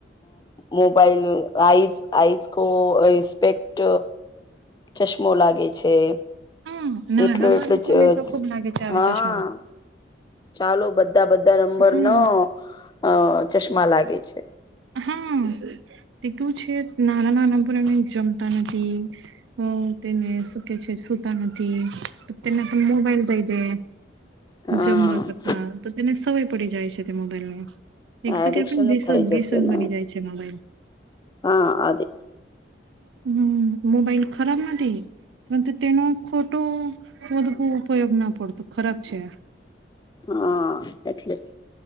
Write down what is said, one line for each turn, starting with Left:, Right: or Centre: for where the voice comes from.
Left: મોબાઈલ આઈઝ આઈઝ. કો સ્પેક્ટ ચશ્મો લાગે છે.
Right: હમ નાના
Left: એટલો
Right: બાળકો
Left: એટલો ચ
Right: ને તો ખુબ લાગે છે આવે
Left: હા
Right: ચશ્માઓ
Left: ચાલો બધા બધા નંબર
Right: હમ
Left: ન અ ચશ્મા લાગે છે.
Right: હા તેટલું છે નાનાં નાના પણ એને જમતા નથી. હ તેને શું કે છે સુતા નથી તેને તો મોબાઈલ દઈ દે
Left: હા
Right: જમવા કરતા તો તેને સવાય પડી જાય છે તે મોબાઈલ ને એકસ
Left: એડિક્શન
Right: કેેને બેસન
Left: જ થઈ જશે
Right: બેસન
Left: ને
Right: બની જાય છે માબાઈલ
Left: હા <inaudible>
Right: હમ્મ મોબાઈલ ખરાબ નથી, પરંતુ તેનો ખોટું બુધુ ઉપયોગ ના પડતો ખરાબ છે.
Left: હા એટલે